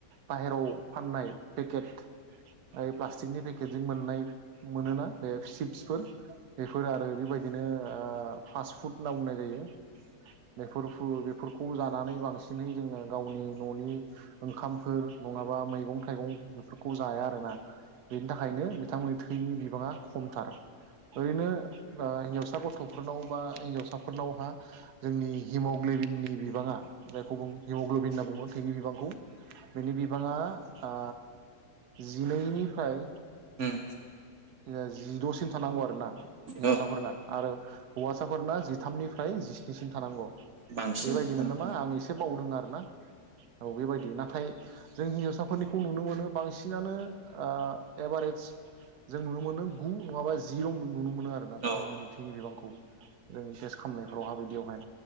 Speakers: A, on the right; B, on the right.
A: बाहेराव फाननाय पेकेट प्लास्टिकनि पेकेटजों मोननाय मोनोना बे चिप्सफोर बेफोर आरो बेबायदिनो ओ फास्ट फुड होनना बुंनाय जायो। बेफोरखौ बेफोर खौ जानानै बांसिनै जोङो गावनि न'नि ओंखामफोर नंङाबा मैगं थाइगं बेफोरखौ जाया आरोना। बेनि थाखायनो बिथांमोननि थैनि बिबाङा खमथार ओरैनो ओ हिनजावसा फिसा गथ'फोरनाव बा हिनजावसाफोरनावहा जोंनि हिमग्लेबिननि बिबाङा जायखौ बुं हेम'ग्ल'बिन होनना बुंङो थैनि बिबांखौ बेनि बिबांङा ओ जि नैनिफ्राय
B: होम
A: जिद'सिम थानांगौ आरो ना। हिजावसाफोरना
B: औ
A: आरो हौवासाफोरना जिथामनि फ्राय जिस्निसिम थानांगौ
B: बांसिन
A: बेबायदिमोन
B: औ औ
A: नामा
B: औ
A: आं एसे बावदों आरोना औ बेबायदि नाथाय जों हिन्जावसाफोरनिखौ नुनो मोनो बांसिनानो ओ एभारेइस जों नुनो मोनो गु नङाबा जिर मोन नुनो मोनो आरोना बिथांमोननि
B: औ
A: थैनि बिबांखौ । नों टेस्ट खालामनायफोराव हाबायदियावहाय